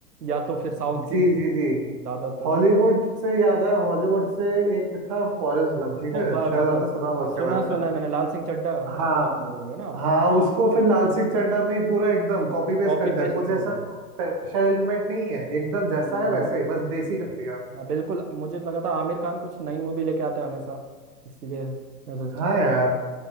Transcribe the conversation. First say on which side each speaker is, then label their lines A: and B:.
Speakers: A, on the right; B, on the right.
A: या तो फिर साउथ की
B: जी
A: मूवी
B: जी जी
A: ज्यादातर
B: हॉलीवुड से याद है हॉलीवुड से एक था फॉरेस्ट गम ठीक
A: ओ
B: है
A: बस
B: शायद
A: बस
B: आपने
A: बस
B: सुना होगा
A: हाँ
B: उसके
A: सुना
B: बारे में
A: सुना है मैंने लाल सिंह चड्ढा
B: हाँ
A: है के बारे में बोल रहे हो ना आप
B: हाँ उसको फिर लाल सिंह चड्ढा में ही पूरा एकदम कॉपी पेस्ट
A: कॉपी
B: कर दिया
A: पेस्ट
B: कुछ
A: किया
B: ऐसा
A: हुआ
B: स्पेशल
A: है।
B: एलिमेंट नहीं है एकदम जैसा
A: हम्म
B: है वैसा ही बस देसी कर दिया
A: हाँ बिल्कुल मुझे लगा था आमिर खान कुछ नई मूवी लेके आता है हमेशा इसीलिए मैं सोच-
B: हाँ यार